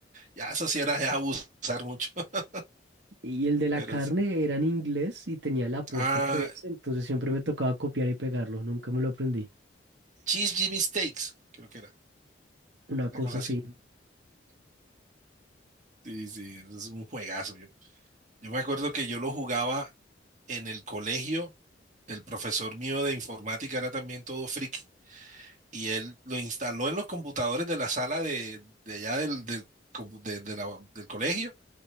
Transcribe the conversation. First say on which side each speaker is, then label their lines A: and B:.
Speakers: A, on the right; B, on the right.
A: ya eso sí era ya abusar mucho, <laughs>
B: Y el de la
A: pero
B: carne
A: sí.
B: era en inglés y tenía el apóstrofe
A: ah,
B: ese, entonces siempre me tocaba copiar y pegarlo. Nunca me lo aprendí.
A: Cheese Jimmy Steaks, creo que era,
B: Una
A: una
B: cosa
A: cosa
B: así.
A: así. Sí, sí, eso es un juegazo. Yo, yo me acuerdo que yo lo jugaba en el colegio, el profesor mío de informática era también todo friki y él lo instaló en los computadores de la sala de, de allá del, del compu- de- de la- del colegio